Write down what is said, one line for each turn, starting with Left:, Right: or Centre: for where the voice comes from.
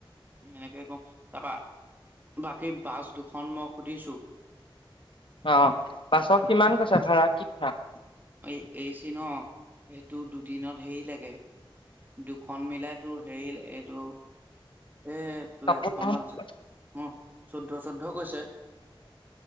Right: এনেকে কম তাৰপা সেই বাছ দুখন মই সুধিছোঁ
Left: অ', বাছত কিমান কৈছে ভাড়া <unintelligible>
Right: এই এই চি ন' তোৰ দুদিনত হেৰি লাগে দুখন মিলাই তোৰ হেৰি এইটো এই
Left: পাহৰি
Right: তোৰ এখনত উ চৈধ্যছত চৈধ্য কৈছে